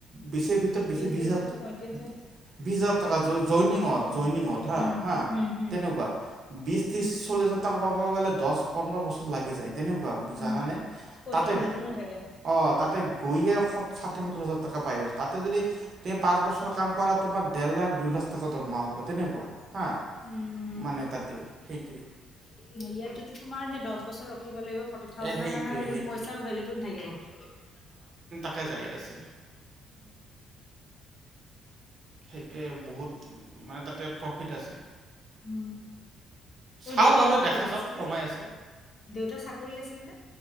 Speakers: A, on the right; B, on the left.
A: বেছিৰ ভিতৰত বেছি
B: ত্ৰিশ
A: বিশ হাজাৰ
B: পঁয়ত্ৰিশ হাজাৰ
A: বিশ হাজাৰ টকা জইনিঙত
B: উম
A: জইনিঙত হা
B: উম
A: হা
B: হম হম
A: তেনেকুৱা বি ত্ৰিশ
B: উম
A: চল্লিছ হাজাৰ টকা। পাব গ'লে দহ পোন্ধৰ বছৰ লাগি যায়। তেনেকুৱা জানানে
B: উম পইচাৰ
A: তাতে
B: ভেলুটো নাথাকে
A: অ তাতে গৈয়ে ষাঠি সত্তৰ হাজাৰ টকা পাই আছো তাতে যদি তে পাঁচ বছৰ কাম কৰা তোমাৰ ত দেৰ লাখ দুই লাখ টকা দৰমহা হব তেনেকুৱা হা
B: উম
A: মানে তাতে সেইটোৱে
B: ইয়াততো তোমাৰ সেই দহ বছৰ ৰখিব লাগিব। ফৰ্টি থাউজেণ্ডৰ
A: এ সেইটোৱে
B: কাৰণে সেইটো
A: সেইটোৱে
B: পইচাৰ ভেলুটো নাথাকে।
A: তাতে যাই আছে।
B: উম।
A: সেইটোৱে বহুত মানে তাতে প্ৰফিট আছে।
B: উম তোমাৰ
A: চাওঁ
B: দেউতাই
A: বাৰু
B: কি
A: দেখা
B: কৰি
A: যাওক
B: আছিলে
A: সময় আছে
B: দেউতাৰ চাকৰি আছিল নে